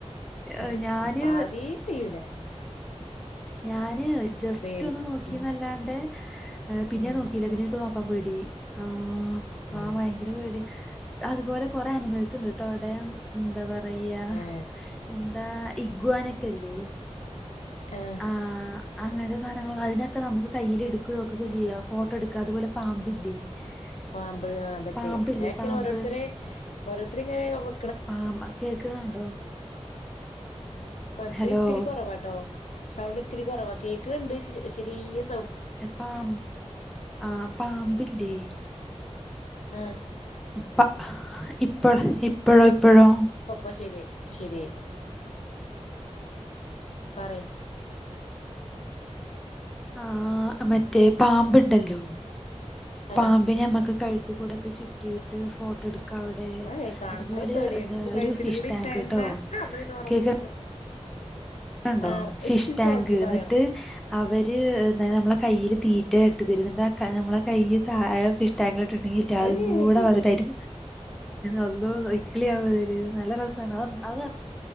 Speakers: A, in the centre; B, on the left.
A: ഏഹ്
B: ഇക്ക്
A: ഞാന്
B: ആദ്യേ കയ്യൂല
A: ഞാന് ജസ്റ്റ്
B: പേടി
A: ഒന്ന് നോക്കീ
B: ഉം
A: ന്നല്ലാണ്ട് പിന്നെ
B: ഉം
A: നോക്കിയില്ല പിന്നെ ക്ക് നോക്കാൻ പേടി ആഹ്
B: ആ
A: ആഹ് ഭയങ്കര പേടി അതുപോലെ കൊറെ അനിമൽസ് ഉണ്ട്ട്ടോ അവിടെ എന്താ പറയാ
B: ഏ
A: എന്താ ഇഗ്വാനൊക്കല്ലേ
B: ആഹ്
A: ആഹ് അങ്ങനത്തെ സാധനങ്ങൾ അതിനെക്കെ നമുക്ക് കയ്യിൽ എടുക്കോ വെക്കോക്കെ ചെയ്യാ ഫോട്ടോ എടുക്ക അതുപോലെ പാമ്പില്ലേ <unintelligible>
B: പാമ്പ് ആഹ് അതൊക്കെ
A: പാമ്പില്ലേ
B: <inaudible> ഞാക്കെ
A: പാമ്പ്
B: ഓരോരുത്തരെ ഓരോരുത്തര് ഇങ്ങനെ നമു
A: പാമ കേക്കണണ്ടോ
B: കൊ
A: ഹലോ
B: ഇത്തിരി കൊറവാട്ടോ സൗണ്ട് ഇത്തിരി കൊറവാ കേക്കണണ്ട് ശെരീയ
A: പാം ആഹ് പാമ്പില്ലേ
B: ആഹ്
A: പ്പ ആഹ് ഇപ്പൊഴ് ഇപ്പൊഴോ ഇപ്പൊ ഴോ
B: ഇപ്പൊ ശരിയായി ഇപ്പൊ ശരിആയി പറയ്
A: ആഹ് മറ്റേ
B: കേക്ക്
A: പാമ്പ്ണ്ടല്ലോ
B: ആഹ്
A: പാമ്പിനെ നമ്മക്ക് കഴ് ത്ത് കൂടേക്കെ ചുറ്റിയിട്ട് ഫോട്ടോ എടുക്കാ വിടെ
B: അഹ് കാണുമ്പളേ
A: അതുപോലെ
B: പേടിയായിട്ട്
A: എന്താ
B: ഇപ്പ കഴുത്തിൽ
A: ഒരു ഫിഷ്
B: കൂടി
A: ടാങ്ക്
B: ഇട്ടാ എന്താ
A: ട്ടോ
B: അന്ന് പിന്നെ ഉറങ്ങൂല്ല
A: കേക്ക ണ്ടോ
B: ആഹ്
A: ഫിഷ്
B: ഇത്തിരി
A: ടാങ്ക്
B: സൗണ്ടില്
A: എന്നിട്ട്
B: പറയണം
A: അവര് നമ്മളെ കൈയ്യില് തീറ്റ ഇട്ട് തെരും ന്ന്ട്ടാ ക നമ്മളെ കയ്യ് താ ഫിഷ് ടാങ്കിലിട്ട്ണ്ടെങ്കി എല്ലാതും
B: ഏഹ്
A: കൂടെ വന്ന്ട്ട് അയ്ന്റെ അള്ളോ ഇക്ക്ളി ആവ ഒര് നല്ല രസാണ് അ അത